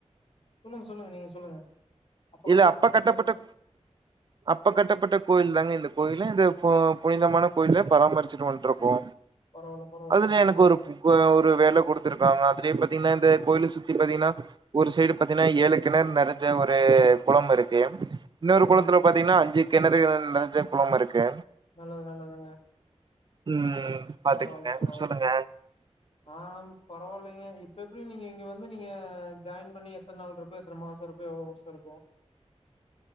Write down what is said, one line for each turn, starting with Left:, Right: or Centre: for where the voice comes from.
Left: சொல்லுங்க சொல்லுங்க நீங்க சொல்லுங்க அப்ப கட்டக்கு
Right: இல்ல கட்டப்பட்ட
Left: பட்டக்கு
Right: அப்ப கட்டப்பட்ட கோயில் தாங்க இந்த கோயிலு இது பு புனிதமான கோயிலு பராமரிச்சுட்டு வந்ட்டுருக்கோ
Left: பரவால்ல பரவாயில்லைங்க
Right: அதுல எனக்கு
Left: நல்லதுங்க
Right: ஒருப் பு ஒரு வேல கொடுத்துருக்காங்க அதுலயே பாத்தீங்கன்னா இந்த கோயில சுத்தி பாத்தீங்கன்னா ஒரு சைடு பாத்தீங்கன்னா ஏழு கிணறு நிரஞ்ச ஒரு குளம் இருக்கு இன்னொரு
Left: சேரிங்க
Right: குளத்துல பாத்தீங்கன்னா அஞ்சு கிணறு அ நிரஞ்ச குளம் இருக்கு
Left: நல்லது நல்லதுங்க
Right: ம் பாத்துக்குங்க
Left: பரவால்ல பரவால்ல
Right: சொல்லுங்க
Left: ஆ பரவாயில்லைங்க இப் இப்ப எப்டி நீங்க இங்க வந்து நீங்க ஜாயின் பண்ணி எத்தன நாள் இருக்கும் எத்தன மாசம் இருக்கும் எவ்வளவு வருஷம் இருக்கும்